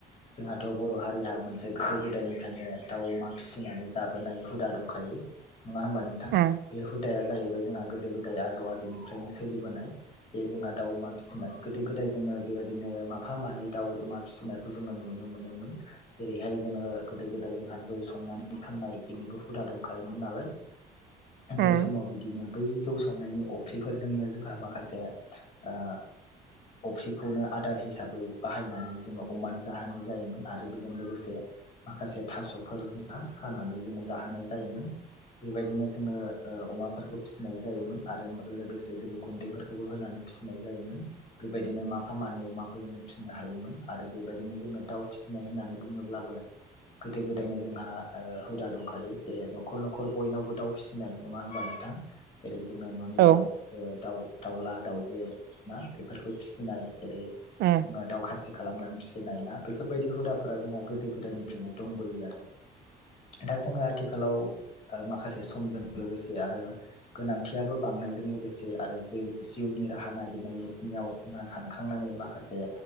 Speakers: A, on the left; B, on the right.
A: जोंहाथ' बर' हारिहा मोनसे गोदो गोदायनिफ्रायनो दाउ अमा फिसिनानै जाबोनाय हुदा दंखायो नङा होमबा नोंथां
B: उम
A: बे हुदाया जाहैबाय जोंहा गोदो गोदाय आजौ आजौनिफ्रायनो सोलिबोनाय जे जोंहा दाउ अमा फिसिनाय गोदो गोदाय जोङो बेबायदिनो माफा मानै दाउ अमा फिसिनायखौ जोङो नुनो मोनोमोन जेरैहाय जोङो गोदो गोदाय जोंहा जौ संनानै फाननाय बेनिबो हुदा दंखायोमोन नालाय
B: उम
A: बै समाव बिदिनो बै जौ संनायनि अफ्रिफोरजोंनो जोंहा माखासे अफ्रिखौनो आदार हिसाबै बाहायनानै जोङो अमानो जाहोनाय जायोमोन आरो बेजों लोगोसे बे माखासे थास'फोर हानानै जोङो जाहोनाय जायोमोन। बीबायदिनो जोङो ओ अमाफोरखो फिसिनाय जायोमोन आरो लोगोसे जोङो गुन्दैफोर खौबो होनानै फिसिनाय जायोमोन। बेबायदिनो माफा मानै अमाखौ जोङो फिसिनो हायोमोन। आरो बेबायदिनो जोङो दाउ फिसिनाय होननानै बुङोब्लाबो गोदो गोदायनो जोंहा ओ हुदा दंखायो जे न'खर न'खर बयनावबो दाउ फिसि सिनाय नङा होमबा नोंथां जेरै जोङो न'नि
B: औ
A: दाउ ओ दाउ दाउला दाउजो ना बेफोरखौ फिसिनाय। जेरै
B: उम।
A: ओ दावखासि खालामनानै फिसिनाय ना बेफोरबायदि हुदाफोरा जोंहा गोदो गोदायनिफ्रायनो दंबोयो आरो। दा जोङो आथिखालाव ओ माखासे समजों लोगोसे आरो। गोनांथियाबो बांनायजों लोगोसे आरो जे जिउनि राहा नागिरनाययाव जोंहा सानखांनानै माखासे।